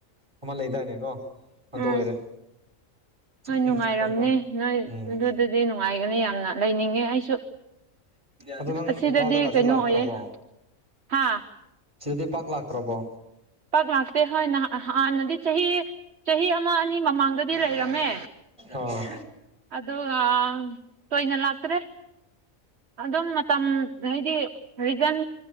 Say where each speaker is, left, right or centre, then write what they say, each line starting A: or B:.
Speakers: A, on the right (about 20°); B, on the right (about 55°).
A: ꯑꯃ ꯂꯩꯗꯥꯏꯅꯦ ꯀꯣ ꯑꯗꯨ
B: ꯎꯝ
A: ꯑꯣꯏꯔꯦ ꯆꯤꯛ
B: ꯍꯣꯏ ꯅꯨꯡꯉꯥꯏꯔꯝꯅꯦ
A: ꯏꯪ ꯆꯤꯛꯅꯀꯣ
B: ꯅꯣꯏ
A: ꯎꯝ
B: ꯑꯗꯨꯗꯗꯤ ꯅꯨꯡꯉꯥꯏꯒꯅꯤ ꯌꯥꯝꯅ ꯂꯩꯅꯤꯡꯉꯦ ꯑꯩꯁꯨ
A: ꯑꯗꯨ ꯅꯪ
B: ꯑꯁꯤꯗꯗꯤ
A: ꯏꯝꯐꯥꯜꯗꯒꯥꯁꯦ
B: ꯀꯩꯅꯣ
A: ꯂꯥꯛꯇ꯭ꯔꯥꯕꯣ
B: ꯑꯣꯏꯌꯦ ꯍꯥ
A: ꯁꯤꯗꯗꯤ ꯄꯥꯛ ꯂꯥꯛꯇ꯭ꯔꯕꯣ
B: ꯄꯥꯛ ꯂꯥꯛꯇꯦ ꯍꯣꯏ ꯅꯍꯥꯟ ꯍꯥꯟꯅꯗꯤ ꯆꯍꯤ ꯆꯍꯤ ꯑꯃ ꯑꯅꯤ ꯃꯃꯥꯡꯗꯗꯤ ꯂꯩꯔꯝꯃꯦ
A: ꯑꯥ
B: ꯑꯗꯨꯒꯥ ꯇꯣꯏꯅ ꯂꯥꯛꯇ꯭ꯔꯦ ꯑꯗꯨꯝ ꯃꯇꯝ ꯍꯥꯏꯗꯤ ꯔꯤꯖꯟ